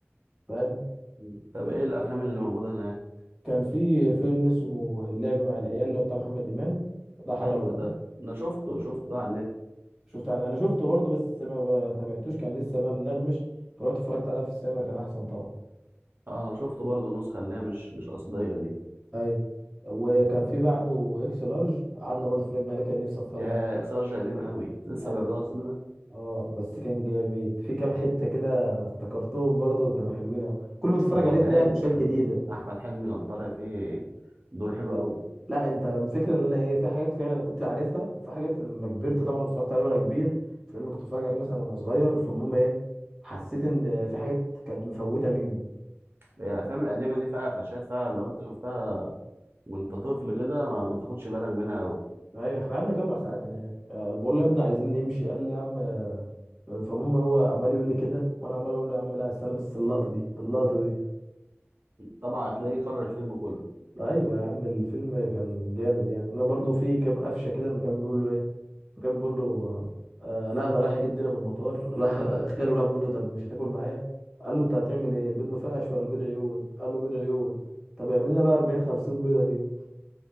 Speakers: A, in the centre; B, on the right.
A: فاهم
B: مم. طب ايه الافلام اللي موجوده هناك
A: كان في فيلم اسمه اللعب مع العيال اللي هو بتاع محمد امام ده حضرته
B: حلو ده انا شفته شفته ده على النت
A: شفت يعني انا شفته برضه بس ما تابعتوش كان لسه بقى منغمش فرحت اتفرجت عليها في السينما كان احسن طبعا
B: اه انا شفته برضه النسخه اللي هي مش مش اصليه دي
A: ايوه وكان في بعده اكس لارج قعدنا برضه اتفرجنا عليه كان نفسي اتفرج
B: يا
A: عليه
B: اكس لارج قديم قوي لسه
A: قد-
B: بيعرضوها في السينما
A: اه بس كان جامد في كام حته كده افتكرتهم برضه كانوا حلوين قوي كل ما تتفرج
B: هو
A: عليه
B: جامد
A: تلاقي فيشات
B: يا
A: جديده
B: ابني احمد حلمي كان طالع فيه دور حلو قوي
A: لا انت الفكره ان انا ايه في حاجات فعلا انا كنت عارفها وفي حاجات لما كبرت طبعا واتفرجت عليه وانا كبير فلان كنت اتفرج عليه مثلا وانا صغير فالمهم ايه حسيت ان في حاجات كانت مفوته مني
B: هي الافلام القديمه دي فيها قفشات فيها لو انت شفتها وانت طفل كده ما, ما تاخدش بالك منها قوي
A: ايوه احنا قعدنا جربع ساعات هناك أه بقول له يا ابني عايزين نمشي قال لي يا عم آه، فالمهم هو عمال يقول لي كده وانا عمال اقول له يا عم لا استنى بس اللقطه دي اللقطه دي
B: طبعا هتلاقيه كرر الفيلم كله
A: ايوه يا عم الفيلم كان جامد يعني انا برضو في كام قفشه كده لما كان بيقول له ايه فكان بيقول له آه آه، لا انا رايح اجيب دينا من المطار <laughs> راح خاله راح بيقول له طب مش هتاكل معايا قال له انت هتعمل ايه بيض مفقش ولا بيض عيون قال له بيض عيون طب اعمل لنا بقى 40 50 بيضه كده <laughs>